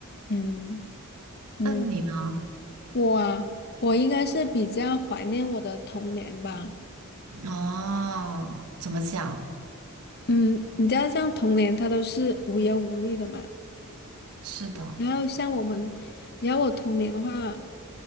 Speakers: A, on the left; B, on the right.
A: 嗯嗯，
B: 那你呢？
A: 我啊，我应该是比较怀念我的童年吧。
B: 哦，怎么讲？
A: 嗯，你知道，像童年它都是无忧无虑的嘛。
B: 是的，
A: 然后像我们，然后我童年的话。